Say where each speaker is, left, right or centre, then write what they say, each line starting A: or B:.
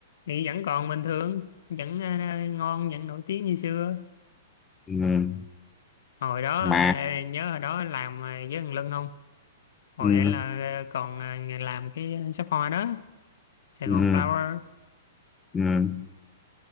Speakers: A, on the left (about 60°); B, on the left (about 15°).
A: thì vẫn còn bình thường vẫn ờ, ờ, ngon vẫn nổi tiếng như xưa
B: ừ.
A: hồi đó
B: mà
A: ờ, nhớ hồi đó làm ờ, với thằng Lân không hồi
B: ừ.
A: ấy là ờ, còn ờ, làm cái shop hoa đó Sài
B: Ừ.
A: Gòn Flower
B: Ừ.